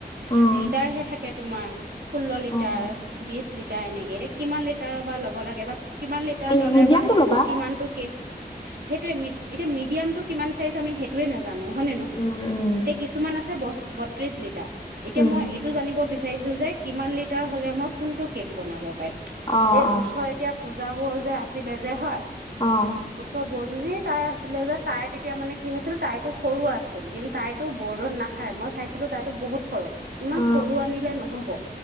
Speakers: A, on the right; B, on the left.
A: সাত‌
B: অ',
A: লিটাৰহে থাকে তোমাৰ। ষোল্ল লিটাৰ,
B: অ',
A: বিশ লি এনেকে এতিয়া কিমান লিটাৰৰ বা ল'ব লাগে বা কিমান লিটাৰ
B: মি
A: ললে
B: মিডিয়ামটো
A: বা,
B: ল'বা
A: কিমানতটো কেক সেইটোয়ে ম এতিয়া মিডিয়াম টো কিমান চাইজ আমি সেইটোয়ে নাাজানো। জানো হয় নে নহয়?
B: উম, উম।
A: এতিয়া কিছুমান আছে বস্ত বত্ৰিছ লিটাৰ। এতিয়া
B: উম
A: মই এইটো জানিব বিচাৰোঁ বিচাৰিছোঁ যে কিমান লিটাৰ হ'লে মই কোনটো কে'ক বনাব
B: অ
A: এই
B: অ
A: ওচৰ এতিয়া পূজাবোৰ যে, আছিলে যে, হয়।
B: অ
A: চব বৰ্ড যোনেই তাই আছিলে যে তাই তেতিয়া মানে কি হৈছিল তাইৰতো সৰু আছিল কিন্তু তাইৰতো বৰ্ডত নাখায় মই চাইছিলোঁ তাইতো বহুত সৰু ইমান
B: অ
A: সৰু আনিলে নহব।